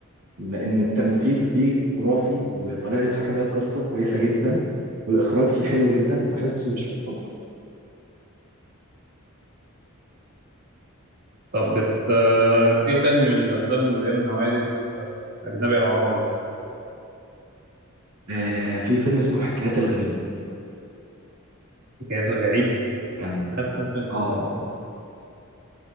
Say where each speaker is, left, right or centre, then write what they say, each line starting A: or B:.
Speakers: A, on the right; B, on the right.
A: لان التمثيل فيه خرافي والطريقه اللي اتحكى بيها القصه كويسه جدا والاخراج فيه حلو جدا بحسه مش متقدر
B: طب بت... آه، ايه تاني من الافلام اللي هي من النوعيه دي اجنبي او عربي مثلا
A: آه في فيلم اسمه حكايات الغريب
B: حكايات الغريب
A: كان
B: حاسس إن أنا سمعت
A: اه
B: الاسم ده